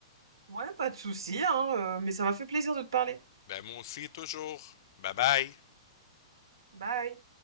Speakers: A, on the right; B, on the left.
A: Ouais, pas de souci, hein, euh, mais ça m'a fait plaisir de te parler.
B: Ben, moi aussi, toujours. Bye bye.
A: Bye.